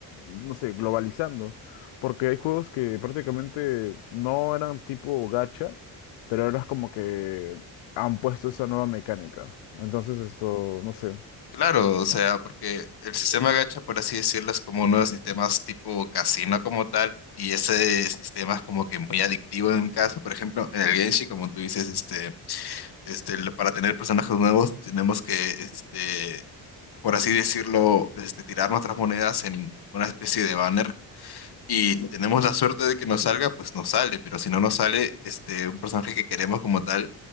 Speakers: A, on the left (about 70°); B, on the left (about 50°).
A: no sé, globalizando. Porque hay juegos que prácticamente no eran tipo gacha, pero ahora es como que han puesto esa nueva mecánica. Entonces esto, no sé.
B: Claro, o sea, porque el sistema gacha, por así decirlo, es como uno de los sistemas tipo casino como tal, y ese sistema es como que muy adictivo en un caso, por ejemplo, en el Genshin, como tú dices, este, este, lo- para tener personajes nuevos tenemos que, este, por así decirlo, este, tirar nuestras monedas en una especie de banner, y si tenemos la suerte de que nos salga, pues nos sale, pero si no nos sale, este, un personaje que queremos como tal